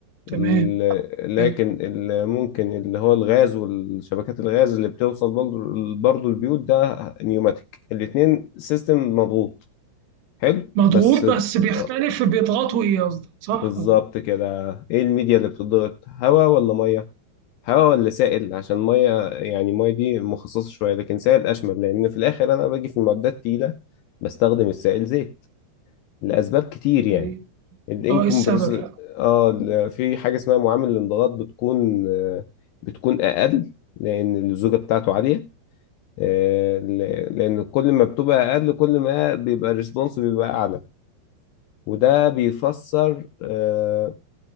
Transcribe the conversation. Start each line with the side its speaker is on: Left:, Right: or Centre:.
Right: تمام
Left: ال- لكن
Right: حلو.
Left: اللي ممكن اللي هو الغاز والشبكات الغاز اللي بتوصل برضه برضه البيوت ده نيوماتيك الاتنين سيستم مضغوط حلو
Right: مضغوط
Left: بس
Right: بس بيختلف
Left: آه،
Right: بيضغطوا إيه قصدك صح
Left: بالظبط
Right: ولا
Left: كده ايه الميديا اللي بتضغط هواء ولا ميه هواء ولا سائل عشان ميه يعني ميه دي مخصصة شوية لكن سائل أشمل لأن في الآخر أنا باجي في المعدات تقيلة بستخدم السائل زيت لأسباب كتير يعني
Right: إيه؟
Left: الانكمبرسبل
Right: أه إيه السبب بقى؟
Left: اه ال- في حاجه اسمها معامل الانضغاط بتكون آه، بتكون اقل لان اللزوجه بتاعته عاليه آه، ل- لان كل ما بتبقى اقل كل ما بيبقى الريسبونس بيبقى اعلى وده بيفسر آه،